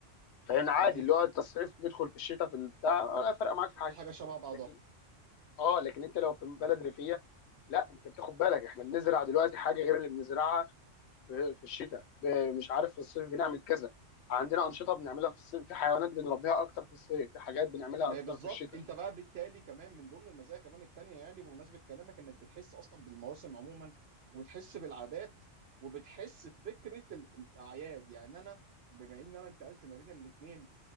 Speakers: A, on the left; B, on the right.
A: فان عادي
B: اكيد
A: اللي هو انت الصيف بيدخل في الشتاء في البتاع ولا فارقه معاك في
B: كل
A: حاجه
B: حاجه شبه بعضها
A: لكن اه لكن انت لو في بلد ريفيه لا انت بتاخد بالك احنا بنزرع دلوقتي حاجه غير اللي بنزرعها في في الشتاء ب- مش عارف في الصيف بنعمل كذا عندنا انشطه بنعملها في الصيف في حيوانات بنربيها اكتر في الصيف في حاجات بنعملها
B: ما
A: اكتر
B: هي بالظبط
A: في الشتاء
B: انت بقى بالتالي كمان من ضمن المزايا كمان التانية يعني بمناسبة كلامك انك بتحس اصلا بالمواسم عموما وبتحس بالعادات وبتحس بفكرة ال- الاعياد يعني انا بما ان انا انتقلت ما بين الاثنين